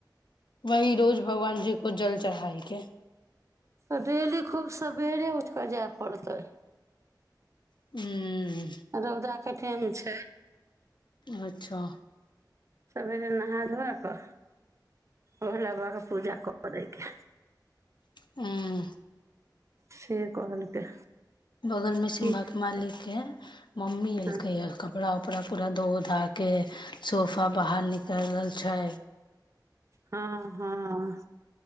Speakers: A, on the left (about 80°); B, on the right (about 40°).
A: वही रोज भगवान जी को जल चढ़ायके
B: तऽ डेली खूब सवेरे उठि कऽ जाय पड़तै
A: हू
B: रौदा कतेने छै
A: अच्छा
B: सबेरे नहा धोआ कऽ भोला बाबाके पूजा करैके हइ
A: हँ
B: से कहलकै
A: बगलमे सिम्भाके
B: की
A: मालिक के मम्मी एलकै
B: हँ
A: कपड़ा कपड़ा पूरा धो धा के सोफा बाहर निकालल छै
B: हँ हँ